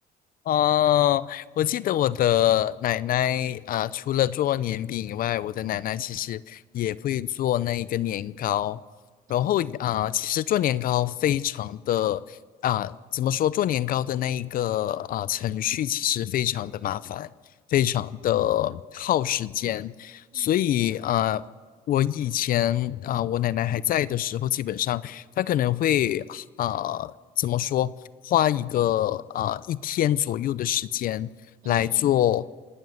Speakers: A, on the left (about 55°); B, on the right (about 50°).
A: 哦，我记得我的奶奶啊，除了做年饼以外，我的奶奶其实也会做那个年糕。
B: 嗯
A: 然后啊，其实做年糕非常的啊，怎么说？做年糕的那一个啊程序其实非常的麻烦，非常的耗时间。
B: 嗯
A: 所以啊，我以前啊，我奶奶还在的时候，基本上她可能会呃，怎么说，花一个呃一天左右的时间来做，
B: 嗯